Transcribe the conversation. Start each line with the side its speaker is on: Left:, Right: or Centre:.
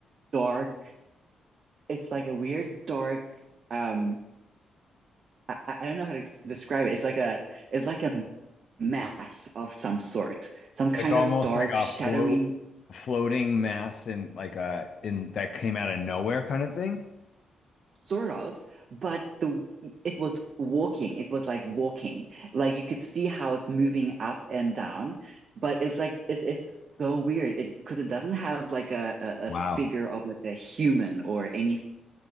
Right: dark. It's like a weird dark. Um, I, I don't know how to ex- describe it. It's like a it's like a mass of some sort, some kind
Left: Like almost
Right: of dark,
Left: like a
Right: shadowy
Left: float floating mass in like a in that came out of nowhere kind of thing.
Right: sort of. But the it was walking. It was like walking. Like you could see how it's moving up and down. But it's like it, it's so weird. It because it doesn't have like a, a
Left: Wow.
Right: a figure of like a human or any